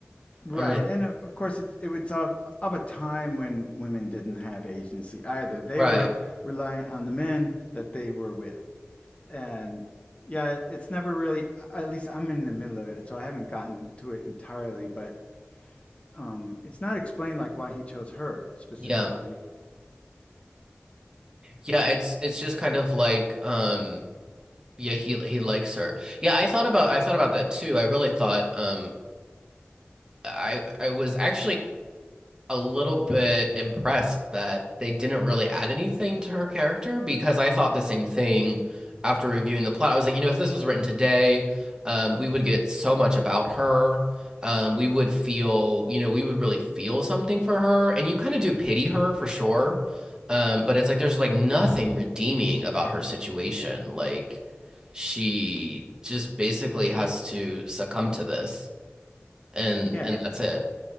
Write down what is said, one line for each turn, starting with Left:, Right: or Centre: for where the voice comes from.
Left: Right,
Right: I'm not Yeah.
Left: and uh, of course it's it, it's of of a time when women didn't have agency either. They
Right: right.
Left: were reliant on the men that they were with. and yeah, it's never really, at least I'm in the middle of it, so I haven't gotten to it entirely, but um, it's not explained like why he chose her specifically.
Right: Yeah. Yeah, it's it's just kind of like um Yeah, he he likes her. Yeah, I thought about I thought about that too. I really thought um I I was actually a little bit impressed that they didn't really add anything to her character because I thought the same thing after reviewing the plot. I was like, you know, if this was written today, um, we would get so much about her. Um, we would feel, you know, we would really feel something for her, and you kind of do pity her for sure. Um, but it's like there's like nothing redeeming about her situation. Like she just basically has to succumb to this, and
Left: Yeah,
Right: and that's it.